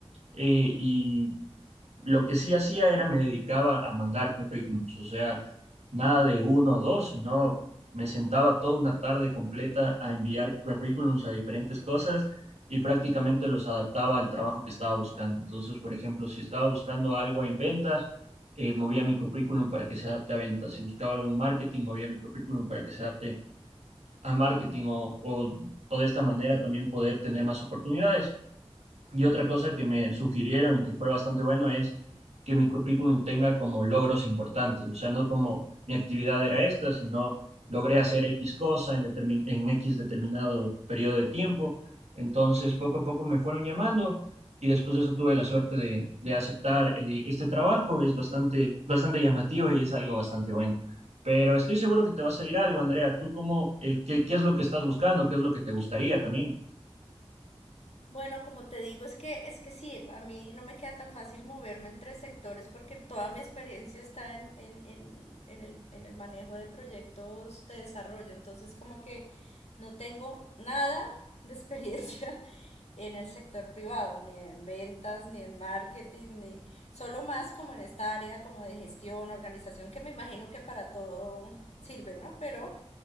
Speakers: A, on the right; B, on the left.
A: eh, y lo que sí hacía era me dedicaba a mandar currículums, o sea, nada de uno o dos, sino me sentaba toda una tarde completa a enviar currículums a diferentes cosas. Y prácticamente los adaptaba al trabajo que estaba buscando. Entonces, por ejemplo, si estaba buscando algo en ventas, eh, movía mi currículum para que se adapte a ventas. Si buscaba algo en marketing, movía mi currículum para que se adapte a marketing o, o, o de esta manera también poder tener más oportunidades. Y otra cosa que me sugirieron y que fue bastante bueno es que mi currículum tenga como logros importantes, o sea, no como mi actividad era esta, sino logré hacer X cosa en, determin- en X determinado periodo de tiempo. Entonces, poco a poco me fueron llamando y después de eso tuve la suerte de, de aceptar eh, este trabajo. Es bastante, bastante llamativo y es algo bastante bueno. Pero estoy seguro que te va a salir algo, Andrea. ¿Tú cómo, eh, qué, qué es lo que estás buscando? ¿Qué es lo que te gustaría también?
B: Bueno, como te digo, es que es que sí, a mí no me queda tan fácil moverme entre sectores porque toda mi experiencia está en, en, en- en el, en el manejo de proyectos de desarrollo, entonces como que no tengo nada de experiencia <laughs> en el sector privado, ni en ventas, ni en marketing, ni solo más como en esta área como de gestión, organización, que me imagino que para todo sirve, ¿no? Pero